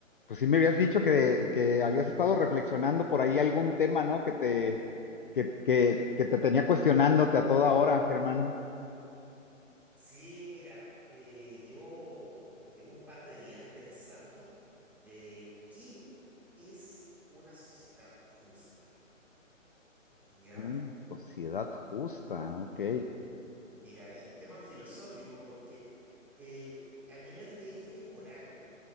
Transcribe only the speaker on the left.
Pues sí me habías dicho que, que habías estado reflexionando por ahí algún tema, ¿no? Que te, que, que, que te tenía cuestionándote a toda hora, Germán.
Mm, sociedad justa, ok.